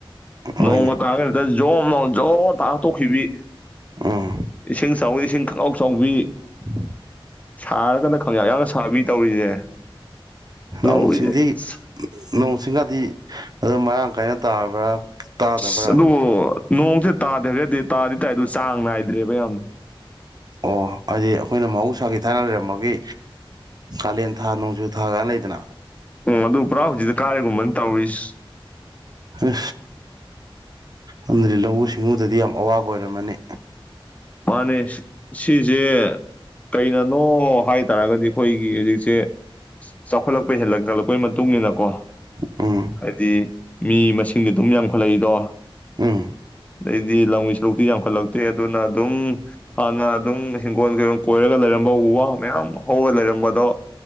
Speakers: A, on the right (about 45°); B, on the left (about 15°).
A: ꯍꯣꯏꯅꯦ
B: ꯅꯣꯡꯒ ꯇꯥꯔꯒꯅ ꯍꯛꯇ ꯖꯣꯔ ꯃꯣꯟ ꯖꯣ ꯔꯣ ꯇꯥꯔ ꯇꯣꯛꯈꯤꯕꯤ
A: ꯎꯝ
B: ꯏꯁꯤꯡ ꯆꯥꯎꯋꯤ ꯏꯁꯤꯡ <unintelligible> ꯆꯥꯎꯕꯤ
A: <inaudible>
B: ꯁꯥꯔꯒꯥꯅ ꯈꯪꯌꯥꯛ ꯌꯥꯛꯅ ꯁꯥꯕꯤ ꯇꯧꯔꯤꯁꯦ
A: ꯅꯣꯡ
B: ꯇꯧꯔꯤꯁꯦ
A: ꯁꯤꯡꯗꯤ
B: ꯑꯁ
A: ꯅꯣꯡ ꯁꯤꯡꯒꯗꯤ ꯑꯗꯣ ꯃꯔꯥꯡ ꯀꯥꯏꯅ ꯇꯥꯕ꯭ꯔꯥ ꯇꯥꯗꯕ꯭ꯔꯥ
B: ꯏꯁ ꯑꯗꯨꯕꯨ ꯅꯣꯡꯁꯦ ꯇꯥꯗ꯭ꯔꯒꯗꯤ ꯇꯥꯗꯤ ꯇꯥꯏ ꯑꯗꯣ ꯆꯥꯡ ꯅꯥꯏꯗ꯭ꯔꯦꯕ ꯌꯥꯝꯅ
A: ꯑꯣ ꯍꯥꯏꯗꯤ ꯑꯩꯈꯣꯏꯅ ꯃꯍꯧꯁꯥꯒꯤ ꯊꯥꯏꯅ ꯂꯩꯔꯝꯕꯒꯤ ꯀꯥꯂꯦꯟ ꯊꯥ ꯅꯣꯡꯖꯨ ꯊꯥ ꯀꯥꯏꯅ ꯂꯩꯗꯅ
B: ꯎꯝ ꯑꯗꯣ ꯄꯨꯔꯥ ꯍꯧꯖꯤꯛꯇꯤ ꯀꯥꯏꯔꯒꯨꯝꯕꯅꯤ ꯇꯧꯔꯤꯁꯦ
A: ꯑꯁ ꯑꯃꯗꯤ ꯂꯧꯎ ꯗꯦꯉꯨꯗꯗꯤꯌꯥꯝ ꯑꯋꯥꯕ ꯑꯣꯏꯔꯝꯃꯅꯤ
B: ꯃꯥꯅꯦ ꯁꯤꯁꯦ ꯀꯩꯅꯅꯣ ꯍꯥꯏꯇꯥꯔꯒꯗꯤ ꯑꯩꯈꯣꯏꯒꯤ ꯍꯧꯖꯤꯛ ꯁꯦ ꯆꯥꯎꯈꯠꯂꯛꯄ ꯍꯦꯜꯂꯛ <unintelligible> ꯇꯨꯡꯅꯤꯅꯀꯣ
A: ꯎꯝ
B: ꯍꯥꯏꯗꯤ ꯃꯤ ꯃꯁꯤꯡꯗꯤ ꯑꯗꯨꯝ ꯌꯥꯝ ꯆꯥꯎꯈꯠꯂꯛꯏꯗꯣ
A: ꯎꯝ
B: ꯑꯗꯩꯗꯤ ꯂꯧ <unintelligible> ꯌꯥꯝꯈꯠꯂꯛꯇꯦ ꯑꯗꯨꯅ ꯑꯗꯨꯝ ꯍꯥꯟꯅ ꯑꯗꯨꯝ ꯍꯤꯡꯒꯣꯜ ꯀꯩꯀ ꯀꯣꯏꯔꯒ ꯂꯩꯔꯝꯕ ꯎ ꯋꯥ ꯃꯌꯥꯝ ꯍꯧꯔꯒ ꯂꯩꯔꯝꯕꯗꯣ